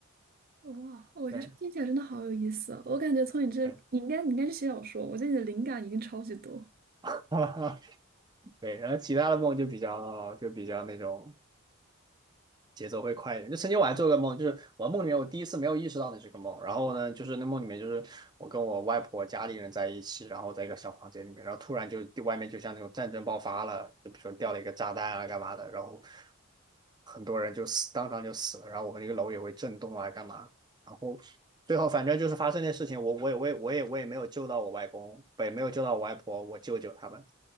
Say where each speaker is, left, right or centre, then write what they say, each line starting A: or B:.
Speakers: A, on the right; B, on the right.
A: 哇，我觉得这听起来真的好有意思啊！
B: 对
A: 我感觉从你这，
B: 对
A: 你应该你应该是写小说，我觉得你的灵感一定超级多
B: <laughs> 对，然后其他的梦就比较就比较那种节奏会快一点。就曾经我还做个梦，就是我梦里面我第一次没有意识到那是个梦，然后呢，就是那梦里面就是我跟我外婆家里人在一起，然后在一个小房间里面，然后突然就外面就像那种战争爆发了，就比如说掉了一个炸弹啊干嘛的，然后很多人就死，当场就死了，然后我们那个楼也会震动啊干嘛，然后。最后反正就是发生那事情，我我也我也我也我也没有救到我外公，不也没有救到我外婆，我舅舅他们，